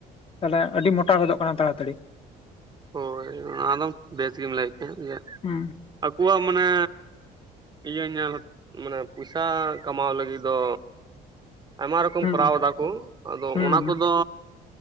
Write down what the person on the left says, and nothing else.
ᱛᱟᱦᱚᱞᱮ ᱟᱹᱰᱤ ᱢᱚᱴᱟ ᱜᱚᱫᱚᱜ ᱠᱟᱱᱟ ᱛᱟᱲᱟᱛᱟᱹᱲᱤ᱾
ᱦᱩ᱾
ᱦᱩᱸ
ᱦᱩᱸ
ᱦᱩᱸ